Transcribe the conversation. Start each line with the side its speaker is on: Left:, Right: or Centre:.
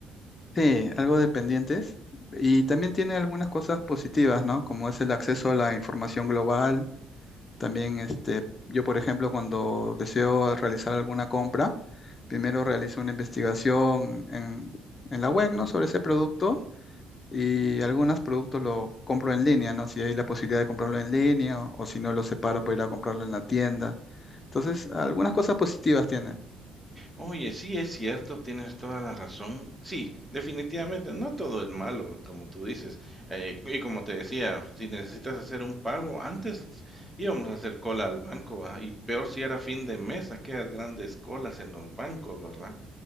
Left: Sí, algo dependientes. Y también tiene algunas cosas positivas, ¿no? Como es el acceso a la información global. También, este, yo, por ejemplo, cuando deseo realizar alguna compra, primero realizo una investigación en, en la web, ¿no? Sobre ese producto
Centre: Ujú.
Left: Y algunos productos lo compro en línea, ¿no? Si hay la posibilidad de comprarlo en línea o, o si no lo separo para ir a comprarlo en la tienda. Entonces, algunas cosas positivas tiene.
Centre: Oye, sí es cierto, tienes toda la razón. Sí, definitivamente no todo es malo, como tú dices. Eh, y como te decía, si necesitas hacer un pago, antes íbamos a hacer cola al banco, ah, Y peor si era fin de mes, aquellas grandes colas en los bancos, ¿verdad?